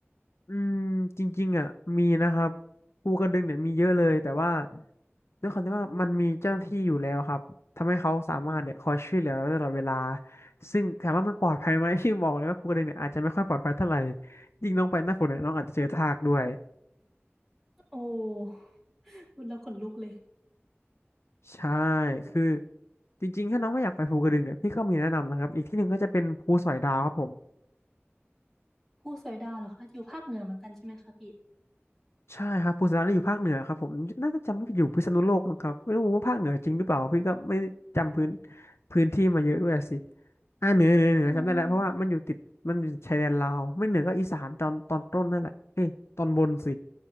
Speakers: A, on the left; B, in the centre.
A: อืมจริงๆอ่ะมีนะครับภูกระดึงเนี่ยมีเยอะเลยแต่ว่าด้วยความที่ว่ามันมีเจ้าหน้าที่อยู่แล้วครับทำให้เขาสามารถเนี่ยคอยช่วยเหลือตลอดเวลาซึ่งถามว่ามันปลอดภัยไหมพี่บอกเลยว่าภูกระดึงเนี่ยอาจจะไม่ค่อยปลอดภัยเท่าไหร่ยิ่งน้องไปหน้าฝนเนี่ยน้องอาจจะเจอทากด้วย
B: โอ้ <laughs> พูดแล้วขนลุกเลย
A: ใช่
B: อืม
A: คือจริงๆถ้าน้องไม่อยากไปภูกระดึงเนี่ยพี่ก็มีแนะนำนะครับอีกที่หนึ่งก็จะเป็นภูสอยดาวครับผม
B: ผู้สอยดาวเหรอคะอยู่ภาคเหนือเหมือนกันใช่ไหมคะพี่
A: ใช่ครับภูสนาอยู่ภาคเหนือครับผมน่าจะจำไม่ผิดอยู่พิษณุโลกมั้งครับไม่รู้ว่าภาคเหนือจริงหรือเปล่าพี่ก็ไม่ได้จำพื้นพื้นที่มาเยอะด้วยสิอ่าเหนือเหนือเหนือจำได้แล้วเพราะว่ามันอยู่ติดมันอยู่ชายแดนลาวไม่เหนือก็อีสานตอนตอนต้นนั่นแหละเอ้ยตอนบนสิ
B: อืม